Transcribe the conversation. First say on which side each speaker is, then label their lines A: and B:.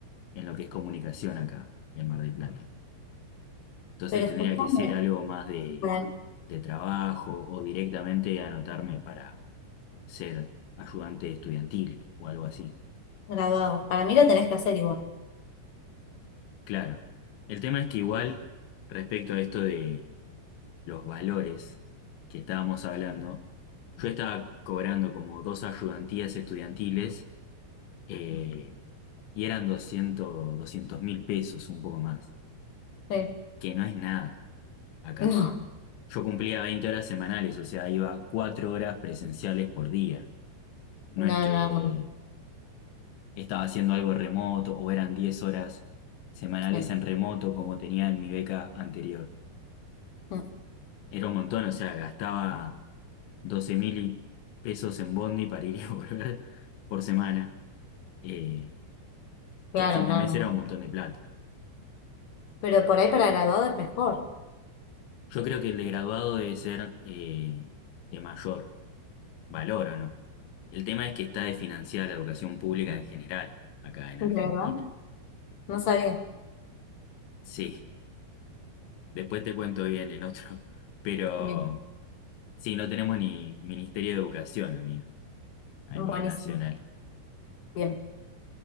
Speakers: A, on the left; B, on the left.
A: en lo que es comunicación acá en Mar del Claro. Plata. Entonces
B: Pero
A: tendría
B: escúchame,
A: que ser algo más de,
B: para,
A: de trabajo o directamente anotarme para ser ayudante estudiantil o algo así.
B: graduado. Para mí lo tenés que hacer igual.
A: Claro. El tema es que igual respecto a esto de los valores que estábamos hablando, yo estaba cobrando como dos ayudantías estudiantiles eh, y eran 200 200 mil pesos, un poco más.
B: Sí.
A: que no es nada acá.
B: <laughs>
A: Yo cumplía 20 horas semanales, o sea, iba 4 horas presenciales por día. No
B: No,
A: es que
B: no, no, no.
A: estaba haciendo algo remoto o eran 10 horas semanales
B: Sí.
A: en remoto como tenía en mi beca anterior.
B: No,
A: Era un montón, o sea, gastaba doce mil pesos en bondi para ir y <laughs> volver por semana, eh,
B: Claro,
A: que a fin
B: no,
A: de mes
B: no. no.
A: era un montón de plata.
B: Pero por ahí para graduado es mejor.
A: Yo creo que el de graduado debe ser eh, de mayor. valoro, ¿no? El tema es que está desfinanciada la educación pública en general, acá en
B: ¿De
A: Argentina.
B: verdad? No sabía.
A: Sí, después te cuento bien en otro, <laughs> pero
B: Bien,
A: sí, no tenemos ni Ministerio de Educación, amigo, a
B: buenísimo.
A: nivel nacional.
B: Bien.